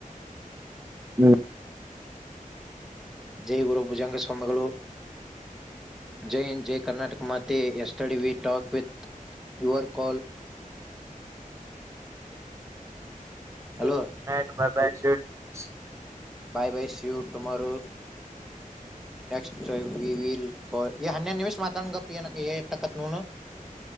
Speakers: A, on the right; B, in the centre.
A: ಹ್ಮ್
B: ಜಯ ಗುರು ಭುಜಂಗ ಕಂಬಗಳು ಜೈಯಿನ್ ಜೈ ಕರ್ನಾಟಕ ಮಾತೆ ಎಷ್ಟು ತಡವಿ we talk with your call
A: <inaudible>
B: hello
A: <unintelligible>
B: bye bye see you tomorrow next we will call ಈ ಹನ್ನೆ ನಿಮಿಷ ಮಾತಡಿ ಗಪ್ಪಿ ಏನಕ್ಕೆ ಎಟಕತ್ ನುನು